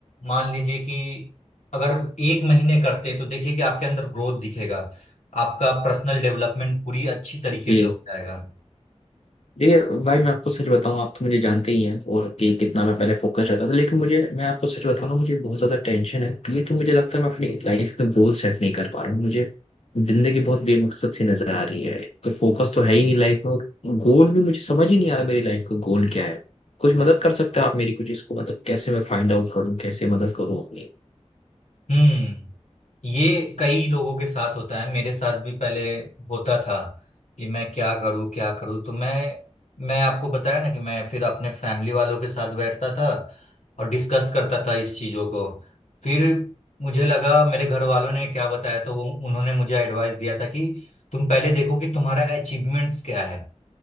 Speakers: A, on the left (about 80°); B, on the left (about 65°).
A: मान लीजिए कि अगर एक महीने करते तो देखिए कि आपके अंदर ग्रोथ दिखेगा आपका पर्सनल डेवलपमेंट पूरी अच्छी तरीके
B: जी
A: से हो जाएगा
B: देखिए भाई मैं आपको सच बताऊं आप तो मुझे जानते ही हैं और कि कितना मैं पहले फोकस रहता था लेकिन मुझे मैं आपको सच बताऊं ना मुझे बहुत ज्यादा टेंशन है क्योंकि तो मुझे लगता है मैं अपनी लाइफ में गोल सेट नहीं कर पा रहा हूँ मुझे जिंदगी बहुत बेमकसद सी नजर आ रही है कोई फोकस तो है ही नहीं लाइफ में और गोल भी मुझे समझ ही नहीं आ रहा मेरी लाइफ का गोल क्या है कुछ मदद कर सकते हो आप मेरी कुछ इसको मतलब कैसे मैं फाइंड आउट करूँ कैसे मदद करूँ अपनी
A: हम्म ये कई लोगों के साथ होता है मेरे साथ भी पहले होता था कि मैं क्या करूं क्या करूं तो मैं मैं आपको बताया ना कि मैं फिर अपने फैमिली वालों के साथ बैठता था और डिस्कस करता था इस चीजों को फिर मुझे लगा मेरे घर वालों ने क्या बताया तो वो उन्होंने मुझे एडवाइस दिया था कि तुम पहले देखो कि तुम्हारा अचीवमेंट्स क्या है